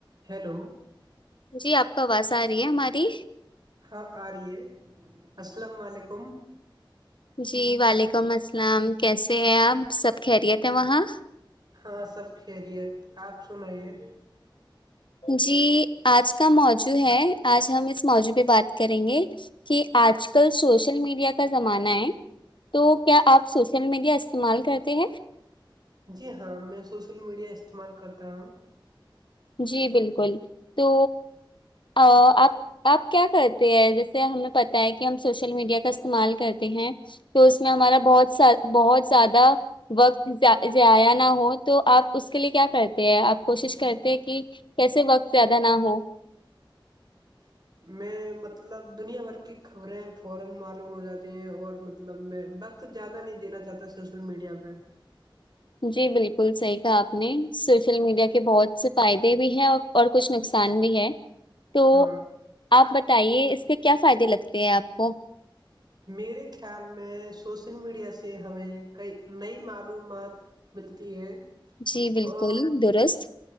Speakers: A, on the right; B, on the left.
A: hello
B: جی آپ کو آواز آ رہی ہے ہماری
A: ہاں آ رہی ہے السلام علیکم
B: جی وعلیکم السلام کیسے ہیں آپ سب خیریت ہے وہاں
A: ہاں سب خریت آپ سناائیے
B: جی آج کا موضوع ہے آج ہم اس موضوعہ بات کریں گے کہ آج کل سوشل میڈیا کا زمانہ ہے تو کیا آپ سوشل میڈیا استعمال کرتے ہیں
A: جی ہاں میں سوشل میڈیا استعمال کرتا ہوں
B: جی بالکل تو آپ آپ کیا کرتے ہیں جیسے ہمیں پت ہے کہ ہم سوشل میڈیا کا استعمال کرتے ہیں تو اس میں ہمارا بہت بہت زیادہ وقت ضائع نہ ہو تو آپ اس کے لیے کیا کرتے ہیں آپ کوشش کرتے کہ کیسے وقت زیادہ نہ ہو
A: <inaudible>
B: جی بالکل صحیح کہا آپ نے سوشل میڈیا کے بہت سے فائدے بھی ہیں اور اور کچھ نقصان بھی ہے تو
A: ہاں
B: آپ ب بتائیے اس کے کیا فائدے لگتے ہیں آپ کو
A: میرے خیال میں سوشل میڈیا سے ہمیں کئی نئی معلومات ملتی ہے
B: جی بالکل
A: اور
B: درست